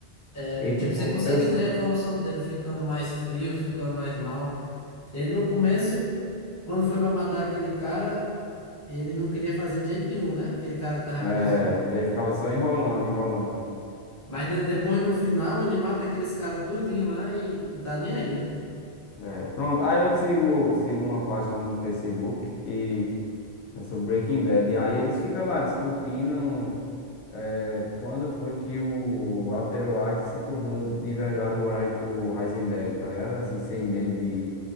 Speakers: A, on the left; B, on the left.
A: É,
B: E
A: Tipo,
B: tipo,
A: você consegue
B: eu,
A: ver a evolução dele ficando mais frio, ficando mais mal. Ele no começo, quando foi pra matar aquele cara, ele não queria fazer de jeito nenhum, né? Aquele cara que tava
B: É,
A: preso lá.
B: ele ficava só enrolando, enrolando.
A: Mas de- depois no final ele mata aqueles caras tudinho lá e não tá nem aí.
B: É, pronto. Aí eu sigo, sigo uma página no Facebook e é sobre Breaking Bad. E aí eles ficam lá discutindo é, quando foi que o Walter White se tornou de verdade o Reis- o Heisenberg, tá ligado? Assim, sem medo de,